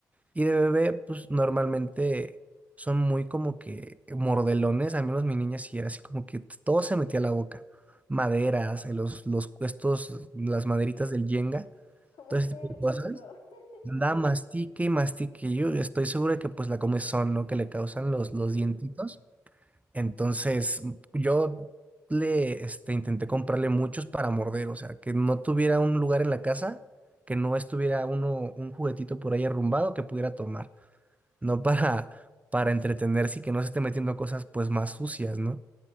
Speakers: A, on the right (about 15°); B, on the left (about 65°).
A: Y de bebé, pues normalmente son muy como que mordelones, al menos mi niña sí era así como que t- todo se metía a la boca. Maderas, eh, los, los, estos, las maderitas del yenga,
B: como
A: todo ese
B: perrito.
A: tipo de cosas.
B: <laughs>
A: Andaba mastique y mastique. y Yo estoy seguro de que pues la comezón, ¿no? Que le causan los, los
B: Sí.
A: dientitos. Entonces m- yo le este, intenté comprarle muchos para morder, o sea, que no tuviera un lugar en la casa, que no estuviera uno, un juguetito por ahí arrumbado que pudiera tomar no para, para entretenerse y que no se esté metiendo cosas pues más sucias, ¿no?